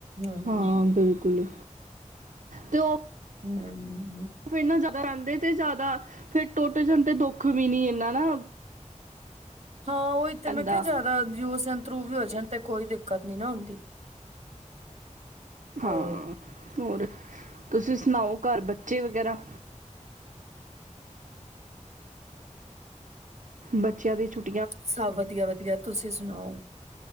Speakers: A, on the right; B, on the right.
A: ਹਮ
B: ਹਾਂ ਬਿਲਕੁਲ ਤੇ ਉਹ
A: ਹਮ
B: ਫਿਰ ਨਾ ਜ਼ਿਆਦਾ ਰਹਿੰਦੇ ਤੇ ਜ਼ਿਆਦਾ ਫਿਰ ਟੁੱਟ ਜਾਂਣ ਤੇ ਦੁੱਖ ਵੀ ਨੀ ਇਨਾ ਨਾ
A: ਹਾਂ ਉਹੀ
B: ਪੈਂਦਾ
A: ਤਾਂ ਮੈਂ ਕਿਹਾ ਜ਼ਿਆਦਾ ਯੂਸ ਏਨ ਰੂ ਵੀ ਹੋ ਤੇ ਕੋਈ ਦਿੱਕਤ ਨੀ ਨਾ ਹੁੰਦੀ ਹੋਰ
B: ਹਾਂ ਹੋਰ ਤੁਸੀਂ ਸੁਣਾਓ ਘਰ ਬੱਚੇ ਵਗੈਰਾ ਬੱਚਿਆਂ ਦੀ ਛੁੱਟੀ
A: ਸਭ ਵਧੀਆ ਵਧੀਆ ਤੁਸੀਂ ਸੁਣਾਓ